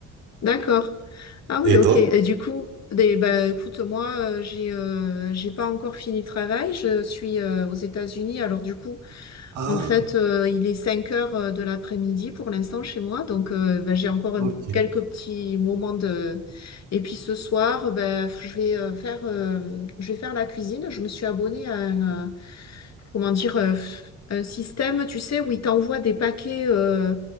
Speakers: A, on the left; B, on the right.
A: D'accord. Ah oui,
B: Et
A: ok.
B: toi?
A: Et du coup, des, bah, écoute, moi, euh, j'ai euh, j'ai pas encore fini le travail. Je suis euh, aux États-Unis. Alors du coup,
B: Ah,
A: en fait, euh, il est 5 heures euh, de l'après-midi pour l'instant chez moi. Donc, euh, bah, j'ai encore un-
B: ok.
A: quelques petits moments de... Et puis ce soir, bah, je vais euh, faire, euh, je vais faire la cuisine. Je me suis abonnée à un... euh, comment dire, euh, un système, tu sais, où il t'envoie des paquets euh,